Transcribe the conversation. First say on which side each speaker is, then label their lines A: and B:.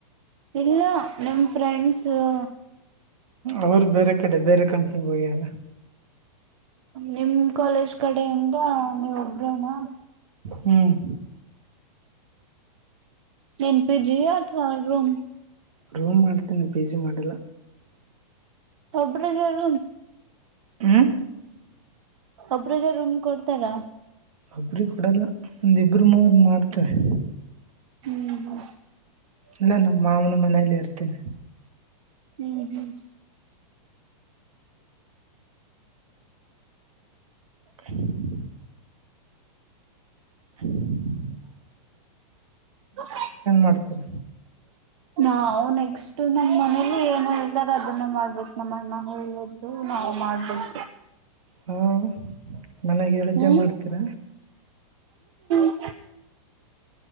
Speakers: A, on the right; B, on the right.
A: ಇಲ್ಲ ನಿಮ್ ಫ್ರೆಂಡ್ಸ <inaudible>
B: ಅವರು ಬೇರೆ ಕಡೆ ಬೇರೆ ಕಂಪ್ನಿ ಹೋಗ್ಯಾರ <inaudible>
A: ನಿಮ್ ಕಾಲೇಜ್ ಕಡೆಯಿಂದ ನೀವ ಒಬ್ರೇನಾ.
B: ಹ್ಮ್.
A: ಎನ್ ಪಿ ಜಿ ಅಥವಾಾರ ರೂಮ
B: ರೂಮ್ ಮಾಡ್ತೇನೆ ಪಿ ಜಿ ಮಾಡಿಲ್ಲ
A: ಒಬ್ರಗರು
B: ಹ
A: ಒಬ್ರಿಗೆ ರೂಮ್ ಕೊಡ್ತಾರಾ
B: ಒಬ್ರಿ ಕೊಡಲ್ಲ ಒಂದಿಬ್ಬರು ಮ ಮಾಡ್ತೇವೆ
A: ಹ್ಮ್ ಹ್ಮ
B: ಇಲ್ಲ ನಮ್ಮ ಮಾವನ ಮನೇಲಿ ಇರ್ತೀನಿ
A: ಹ್ಮ್ ಹ್ಮ್
B: ಹಮ್ ಹಮ್
A: ಹ
B: ಮಾಡ್ತೀರ
A: ನಾವು ನೆಕ್ಸ್ಟ್ ನ ಮನಲಿ ಇಲ್ಲಿ ಏನು ಹತಾರ ಅದನ್ನ ಮಾಡ್ಬೇಕು ನಮ್ಮ್ಣ ಹೇಳು ನಾವು ಮಾಡ್ಬೇಕು
B: ಹಾ ಮನೆಗೆ ಹೇಳಳಿದ್ದೇ
A: ಹ್ಮ್
B: ಮಾಡ್ತೀರ
A: ಹಮ್